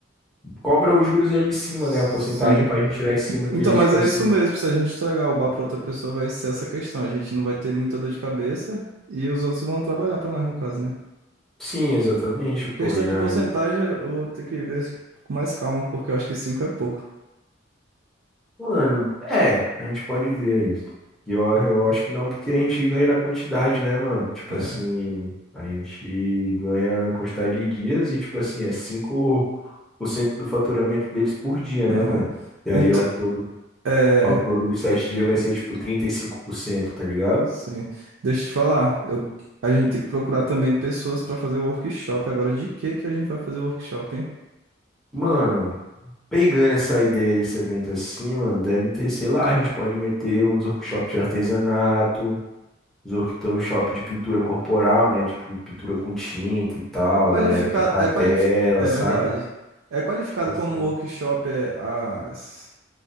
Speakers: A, in the centre; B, on the right.
A: Cobra os juros ali em cima,
B: Sim.
A: né? A porcentagem pra gente tirar em cima que
B: Então,
A: eles,
B: mas
A: tipo
B: é
A: assim.
B: isso mesmo. Se a gente entregar o bar para outra pessoa, vai ser essa questão. A gente não vai ter muita dor de cabeça e os outros vão trabalhar para nós, no caso, né?
A: Sim, exatamente, pô.
B: Questão
A: E
B: de
A: aí
B: porcentagem, eu vou ter que ver com mais calma, porque eu acho que cinco é pouco.
A: Mano, é, a gente pode ver isso. E eu, eu acho que não, porque a gente ganha na quantidade, né, mano? Tipo
B: É.
A: assim, a gente ganha na quantidade de dias e, tipo assim, é cinco por cento do faturamento deles por dia,
B: aham.
A: né, mano? E
B: Então,
A: aí, ao todo,
B: é.
A: ao todo dos sete dias vai ser, tipo, 35%, tá ligado?
B: Sim. Deixa eu te falar. Eu, a gente tem que procurar também pessoas para fazer o workshop. Agora, de que que a gente vai fazer o workshop, hein?
A: Mano, pegando essa ideia desse evento assim, mano, deve ter, sei lá, a gente pode meter uns workshops de artesanato, Os workshop de pintura corporal, né? Tipo, pintura com tinta e tal,
B: É qualificado.
A: a galera pintar
B: É
A: a tela,
B: qualificado. É
A: saca?
B: verdade. É qualificado
A: Tipo assim.
B: como workshop é, as.